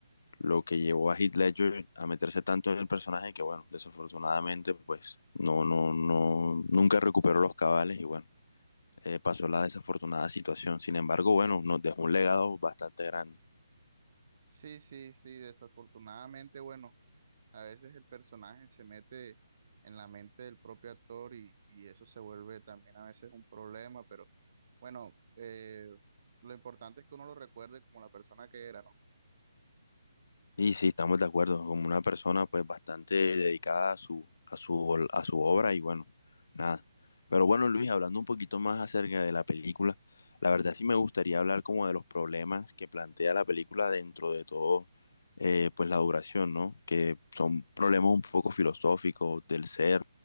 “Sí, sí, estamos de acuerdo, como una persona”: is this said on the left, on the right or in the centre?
Left